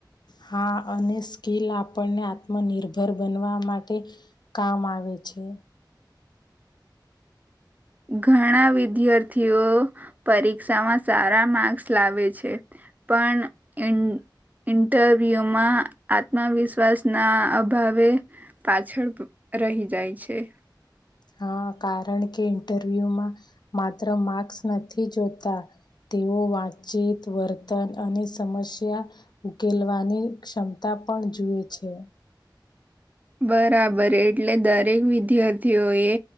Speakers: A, on the left; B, on the right.
A: હા અને સ્કિલ આપણને આત્મનિર્ભર બનવા માટે કામ આવે છે.
B: ઘણા વિદ્યાર્થીઓ પરીક્ષામાં સારા માર્ક્સ લાવે છે. પણ ઈન ઇન્ટરવ્યુમાં આત્મવિશ્વાસ ના અભાવે પાછળ રહી જાય છે.
A: હા કારણ કે ઇન્ટરવ્યુમાં માત્ર માર્ક્સ નથી જોતા. તેઓ વાતચીત, વર્તન અને સમસ્યા ઉકેલવાની ક્ષમતા પણ જુએ છે.
B: બરાબર એટલે દરેક વિદ્યાર્થીઓ એ